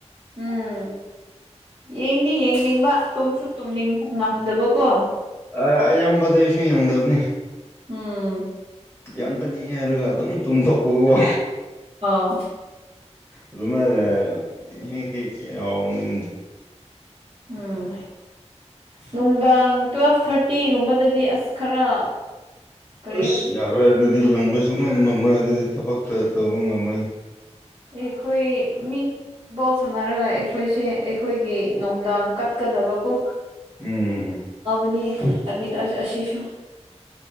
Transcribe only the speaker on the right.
ꯎꯝ ꯌꯦꯡꯅꯤ ꯌꯦꯡꯅꯤꯡꯕ ꯇꯨꯝꯁꯨ ꯇꯨꯝꯅꯤꯡꯕ ꯉꯝꯗꯕꯀꯣ
ꯎꯝ
ꯑꯥ
ꯎꯝ ꯅꯨꯡꯗꯥꯡ ꯇꯨꯋꯦꯜꯐ ꯊꯥꯔꯇꯤꯒꯨꯝꯕꯗꯗꯤ ꯑꯁ ꯈꯔ ꯀꯔꯤ
ꯑꯩꯣꯏ ꯃꯤꯣ ꯁꯝꯅꯔꯒ ꯑꯩꯈꯣꯏꯁꯦ ꯑꯩꯈꯣꯏꯒꯤ ꯅꯨꯡꯗꯥꯡ ꯀꯠꯀꯗꯕꯀꯣ
ꯑꯕꯅꯤ ꯑꯅꯤ ꯑ ꯑꯁꯤꯁꯨ